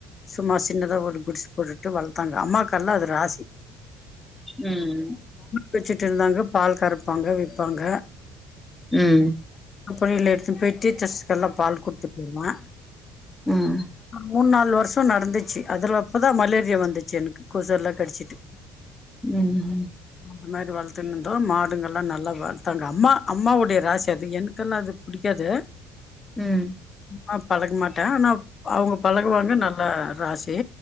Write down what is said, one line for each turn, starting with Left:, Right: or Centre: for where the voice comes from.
Left: சும்மா சின்னதா ஒரு குடிச போட்டுட்டு வள்த்தாங்க அம்மாக்கல்லா அது ராசி
Centre: ம்
Left: வெச்சுட்ருந்தாங்க பால் கறப்பாங்க விப்பாங்க
Centre: ம்
Left: அப்பற இத்ல எடுத்து பொய் டீச்சஸ்க்கெல்லா பால் குடுத்துட்டும
Centre: ம்
Left: மூண் நாலு வர்ஷ நட்ந்துச்சு அதுல அப்பதா மலேரியா வந்துச்சு எனக்கு கொசு எல்லா கடிச்சிட்டு
Centre: ம் ம்
Left: அம்மேரி வள்த்துன்னு ப்றோ மாடுங்கல்லா நல்லா வள்த்தாங்க அம்மா அம்மாவுடைய ராசி அது என்க்கல்லா அது புடிக்காது
Centre: ம்
Left: ஆ பழக்மாட்ட ஆனா அவ்ங்க பழகுவாங்க நல்லா ராசி